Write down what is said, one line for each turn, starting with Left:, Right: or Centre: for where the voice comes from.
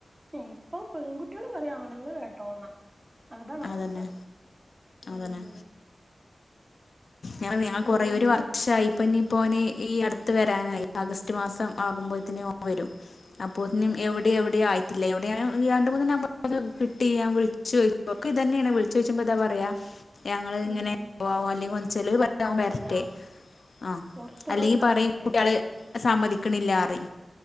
Right: ഇപ്പൊ പെൺകുട്ടികള് പറയാ ആണെങ്കും കേട്ടോണം അതാണവസ്ഥ
Left: അതന്നെ അതന്നെ
Right: ഉം
Left: ഞാൻ ഞാൻ കുറേ
Right: എന്താ
Left: ഒരു വർഷായിപ്പനിപ്പോന്
Right: ഇപ്പൊ
Left: ഈ അടുത്ത് വരാനായി ആഗസ്റ്റ് മാസം ആകുമ്പോഴ്ത്ത്ന് ഓംവരും അപ്പോത്നും
Right: ആഹ്
Left: എവിടെ എവിടെ ആയിട്ടില്ല എവിടെ <unintelligible> രണ്ടു മൂന്ന് നമ്പർക് <unintelligible> കിട്ടീല്ല വിളിച്ചു <unintelligible> ബുക്കൈതെന്നേണ് വിളിച്ചോയ്ച്ചുമ്പോതാ പറയാ ഞങ്ങള്ങ്ങനെ
Right: ഉം
Left: പോവാല്ലെ <unintelligible> ചെലോര്പറയും
Right: അതെന്താച്ചിട്ടാ
Left: ഓൻവര്ട്ടെ ആ
Right: പൊറത്തുള്ളോര്
Left: അല്ലെങ്കിപറയും
Right: നമ്പർ തരും
Left: കുട്ടൃള് സമ്മതിക്ക്ണില്ലാറി